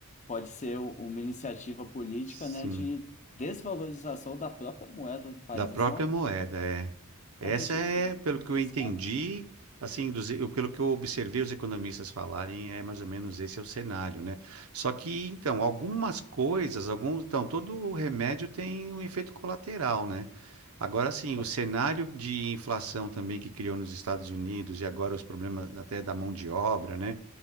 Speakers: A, on the left; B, on the right.
A: pode ser u- uma iniciativa política,
B: sim.
A: né, de desvalorização da própria moeda do país.
B: Da própria
A: Isso é uma,
B: moeda,
A: coisa-
B: é. Essa
A: é uma coisa
B: é,
A: de tudo
B: pelo que eu
A: pensar,
B: entendi,
A: né?
B: assim, dos, eu- pelo que eu observei os economistas falarem, é mais ou menos esse é o cenário, né? Só que, então, algumas coisas, alguns, então, todo o remédio tem um efeito colateral, né? Agora, sim,
A: Com
B: o cenário
A: certeza.
B: de inflação também que criou nos Estados Unidos e agora os problemas até da mão de obra, né?